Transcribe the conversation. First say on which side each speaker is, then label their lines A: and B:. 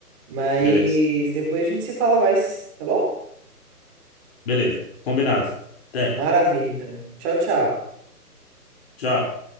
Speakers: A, on the right; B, on the left.
A: Mas
B: beleza.
A: depois a gente se fala mais, tá bom?
B: Beleza, combinado. Até,
A: Maravilha, então. Tchau, tchau.
B: tchau.